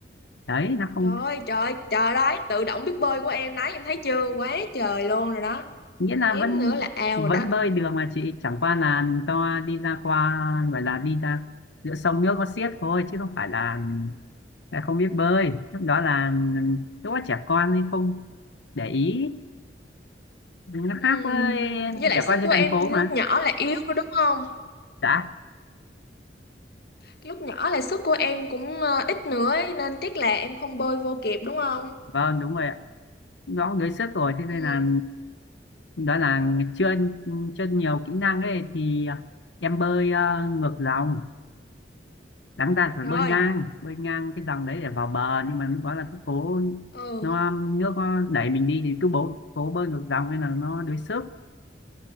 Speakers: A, on the left; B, on the left.
A: đấy nó không
B: Trời ơi, trời ơi, trời đấy, tự động biết bơi của em đấy, em thấy chưa? Quá trời luôn rồi đó.
A: nghĩa là
B: Mém
A: vẫn
B: nữa là ao
A: vẫn
B: rồi đó.
A: bơi được mà chị chẳng qua là do đi ra qua gọi là đi ra giữa sông nước có xiết thôi chứ không phải là là không biết bơi lúc đó là
B: Ừ.
A: lúc đó trẻ con nên không để ý nó
B: Ừ.
A: khác với
B: Với lại
A: trẻ
B: sức
A: con trên
B: của em
A: thành phố mà
B: lúc nhỏ là yếu rồi đúng không?
A: dạ
B: lúc nhỏ là sức của em cũng ờ, ít nữa ấy, nên tiếc là em không bơi vô kịp đúng không?
A: vâng đúng rồi nó đuối sức rồi thế nên
B: Ừ,
A: là đó là chưa chưa nhiều kỹ năng ấy thì à, em bơi ờ, ngược dòng đáng ra phải
B: rồi.
A: bơi ngang bơi ngang cái dòng đấy để vào bờ nhưng mà lúc đó là cứ cố
B: Ừ.
A: nó nước nó đẩy mình đi thì cứ bố cố bơi ngược dòng nên là nó đuối sức